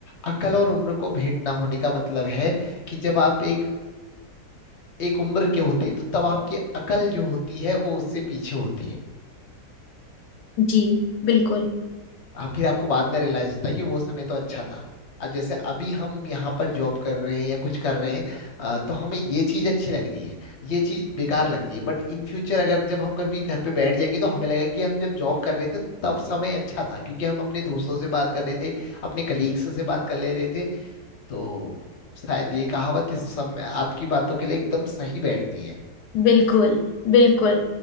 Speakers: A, on the left; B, on the left.
A: अकल और उम्र को भेंट ना होने का मतलब है कि जब आप एक एक उम्र के होते हैं तो तब आपकी अकल जो होती है वो उससे पीछे होती है
B: जी बिल्कुल
A: आप फिर आपको बाद में रियलाइज होता है कि वो समय तो अच्छा था अब जैसे अभी हम यहाँ पर जॉब कर रहे हैं या कुछ कर रहे हैं अ, तो हमें ये चीज अच्छी लग रही है ये चीज बेकार लग रही है बट इन फ्यूचर अगर जब हम कभी घर पे बैठ जाएंगे तो हमें लगेगा कि हम जब जॉब कर रहे थे तब समय अच्छा था क्योंकि हम अपने दोस्तों से बात कर रहे थे अपने कलीग्स से बात कर ले रहे थे तो शायद ये कहावत इस समय आपकी बातों के लिए एकदम सही बैठती है
B: बिल्कुल बिल्कुल